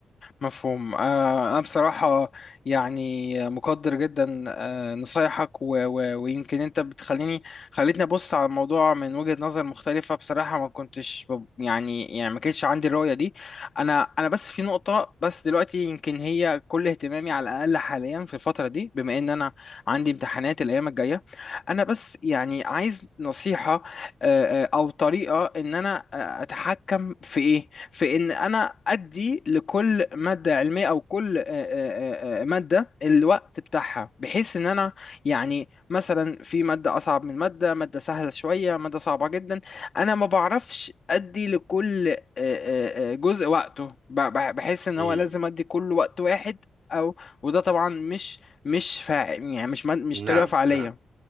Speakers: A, on the left (about 45°); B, on the right (about 65°).
A: مفهوم آه، أنا بصراحة يعني مقدر جدا آه، نصايحك و... و... ويمكن أنت بتخليني خليتني أبص على الموضوع من وجهة نظر مختلفة بصراحة ما كنتش ب... يعني يعني ما كانش عندي الرؤية دي أنا أنا بس في نقطة بس دلوقتي يمكن هي كل اهتمامي على الأقل حاليا في الفترة دي بما إن أنا عندي امتحانات الأيام الجاية أنا بس يعني عايز نصيحة آه، آه، او طريقه ان انا آه، اتحكم في ايه في ان انا ادي لكل ماده علميه او كل آه، آه، آه، آه، ماده الوقت بتاعها بحيث ان انا يعني مثلا في ماده اصعب من ماده ماده سهله شويه ماده صعبه جدا انا ما بعرفش ادي لكل آه، آه، آه، جزء وقته ب- ب- بحس ان هو
B: مم.
A: لازم ادي كل وقت واحد او وده طبعا مش مش فاع يعني مش مش
B: نعم
A: طريقه فعاليه
B: نعم